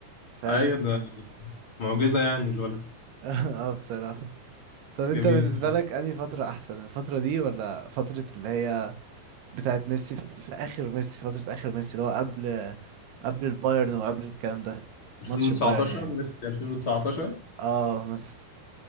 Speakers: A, on the right (about 85°); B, on the left (about 40°).
A: فاهم
B: ايوه ده معجزة يعني الولد
A: <laughs> اه بصراحة طب انت
B: جميل
A: بالنسبة
B: جدا
A: لك انهي فترة احسن الفترة دي ولا فترة اللي هي بتاعت ميسي في في اخر ميسي فترة اخر ميسي اللي هو قبل قبل البايرن وقبل الكلام ده
B: 2019
A: ماتش البايرن يعني
B: ميسي 2019
A: اه بس